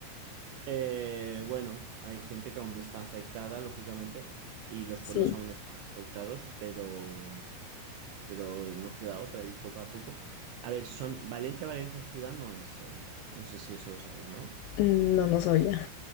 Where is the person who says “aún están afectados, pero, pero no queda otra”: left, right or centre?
Right